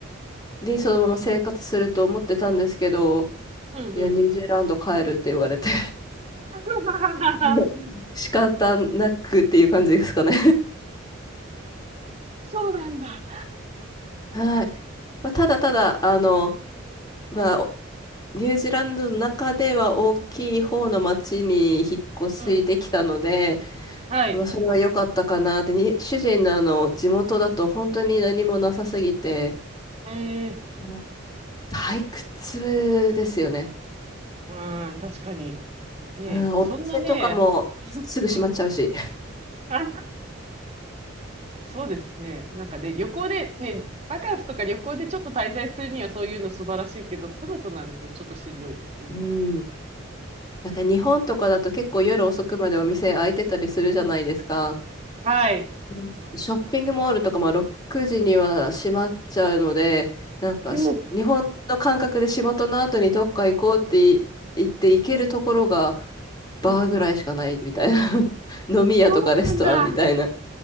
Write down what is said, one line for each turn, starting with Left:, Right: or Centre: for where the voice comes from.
Left: にそのまま生活すると思ってたんですけど、
Right: うんうん。
Left: いや、ニュージーランド帰るって言われて
Right: <laughs>
Left: <laughs> 仕方なくっていう感じですかね
Right: そうなんだ。
Left: <laughs> はい。まあ、ただただ、あの、まあ、ニュージーランドの中では大きい方の町に引っ越しできたので、
Right: うん、はい。
Left: まあ、それは良かったかなって、に主人のあの地元だと本当に何もなさすぎて、
Right: うんうん。へえ、
Left: うん退屈ですよね。
Right: うん、確かに。ねえ、
Left: うん、
Right: もうそんなね、
Left: お店とかもすぐ閉まっちゃうし。
Right: うん。<laughs> そうですね。なんかね、旅行で、ね、バカンスとか旅行でちょっと滞在するにはそういうの素晴らしいけど、住むとなるとちょっとしんどいですね。
Left: うん。なんか日本とかだと結構夜遅くまでお店開いてたりするじゃないですか。
Right: はい。
Left: うんショッピングモールとかも6時には閉まっちゃうので、なんかし日本の感覚で仕事の後にどっか行こうってい言って行けるところが
Right: うん。うんうんうん。
Left: バーぐらいしかないみたいな。<laughs> 飲み屋とかレストランみたいな。
Right: そうなんだ。